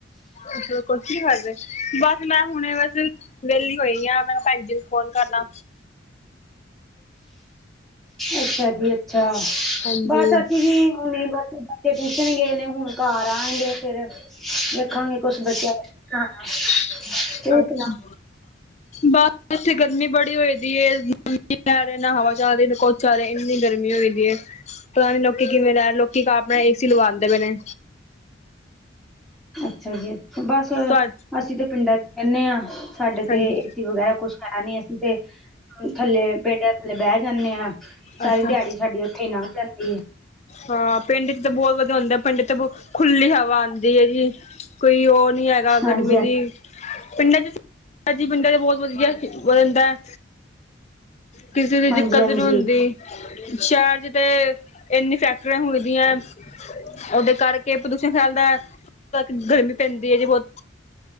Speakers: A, on the left; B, in the centre.
A: ਅੱਛਾ, ਕੁਛ ਕਰਦੇ, ਬਸ ਮੈਂ ਹੁਣੇ ਬਸ ਵੇਲੀ ਹੋਈ ਆਂ, ਮੈਂ ਭੈਨ ਜੀ ਨੂੰ ਫੋਨ ਕਰ ਲਾਂ।
B: ਅੱਛਾ ਜੀ ਅੱਛਾ,
A: ਹਾਂਜੀ
B: ਬਸ ਅਸੀਂ ਜੀ ਹੁਨੀ ਬਸ ਬੱਚੇ ਟਿਊਸ਼ਨ ਗਏ ਨੇ, ਹੁਨ ਘਰ ਆਣਗੇ ਫੇਰ ਵੇਖਾਂਗੇ ਕੁਛ ਬੱਚਿਆਂ <unintelligible>
A: ਅੱਛਾ,
B: ਤੁਸੀਂ ਸੁਣਾਓ?
A: ਬ ਇੱਥੇ ਗਰਮੀ ਬੜੀ ਹੋਈ ਦੀ ਏ, ਨਾ ਮੀਂ ਪੈ ਰਯਾ, ਨਾ ਹਵਾ ਚੱਲ ਰੀ ਨਾ, ਕੁੱਛ ਚ ਚੱਲ ਰਯਾ ਗਰਮੀ ਹੋਈ ਦੀ ਏ, ਪਤਾ ਨੀ ਲੋਕੀ ਕਿਵੇਂ ਲੈ, ਲੋਕੀ ਆਪਨਾ ਏ ਸੀ ਲਾਵਾਂਦੇ ਪਏ ਨੇ।
B: ਅੱਛਾ ਜੀ ਅੱਛਾ, ਬਸ
A: ਤੁਹਾ
B: ਅਸੀਂ ਤੇ ਪਿੰਡਾਂ 'ਚ ਰਹਿੰਨੇ ਆਂ, ਸਾਡੇ
A: ਹਾਂਜੀ
B: ਤੇ ਏਸੀ ਵਗੈਰਾ ਕੁਛ <unintelligible> ਨੀ ਅਸੀਂ ਤੇ ਥੱਲੇ ਪੇਡੇਆ ਥੱਲੇ ਬੈ ਜਾਂਨੇ ਆਂ, ਸਾਰੀ
A: ਅੱਛਾ
B: ਦਿਹਾੜੀ ਸਾਡੀ ਓਥੇ ਈ ਨੰਗ ਜਾਂਦੀ ਏ।
A: ਹਾਂ ਪਿੰਡ 'ਚ ਤੇ ਬੋਤ ਵਧੀਆ ਹੁੰਦਾ, ਪਿੰਡ 'ਚ ਬ ਖੁੱਲੀ ਹਵਾ ਆਂਦੀ ਏ ਜੀ। ਕੋਈ ਓ ਨੀ ਹੈਗਾ ਗਰਮੀ
B: ਹਾਂਜੀ ਹਾਂਜੀ
A: ਦੀ ਪਿੰਡਾਂ 'ਚ ਜੀ, ਪਿੰਡਾਂ 'ਚ ਬੋਤ ਵਧੀਆ ਵੇ ਹੁੰਦਾ ਐ। ਕਿਸੀ ਦੀ
B: ਹਾਂਜੀ
A: ਦਿੱਕਤ
B: ਹਾਂਜੀ।
A: ਨੀ ਹੁੰਦੀ ਸ਼ਹਿਰ 'ਚ ਤੇ ਏਨੀਂ ਫੈਕਟਰੀਆਂ ਹੁੰਦੀਆਂ ਓਦੇ ਕਰਕੇ ਪ੍ਰਦੂਸ਼ਣ ਫੈਲਦਾ। <unintelligible> ਗਰਮੀ ਪੈਂਦੀ ਐ ਜੀ ਬੋਤ।